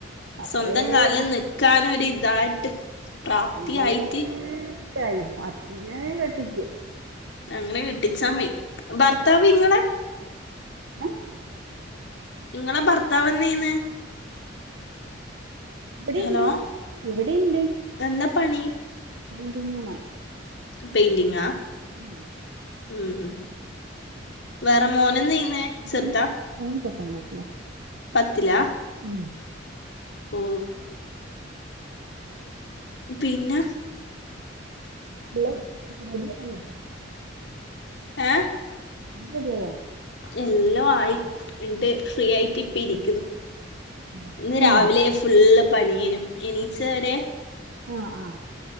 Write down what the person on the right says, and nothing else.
അത്രേ
ഉള്ളൂ
തീർച്ചായും
അങ്ങെനെ കെട്ടിക്കു
എ
ഇവിടെണ്ട്
ഇവിടെണ്ട്
പെയിന്റിങ്ങാ ണോ
ഉം
ഊന പത്ത് ണ്ടിട്ടില്ല
ഉ
ഹലോ റെഡി ആയോ
റെഡി ആയോ
ഞാന്
വിളിക്ക
ആ ആ